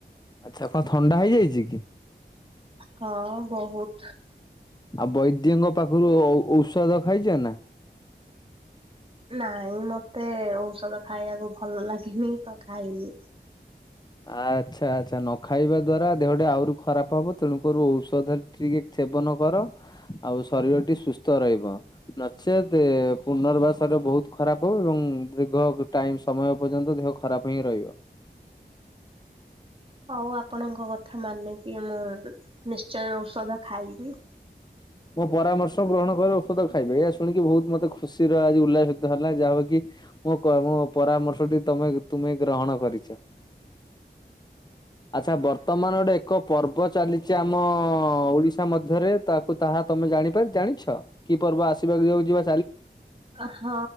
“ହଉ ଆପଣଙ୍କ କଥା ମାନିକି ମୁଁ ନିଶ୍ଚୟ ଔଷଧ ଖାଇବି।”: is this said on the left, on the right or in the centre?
Right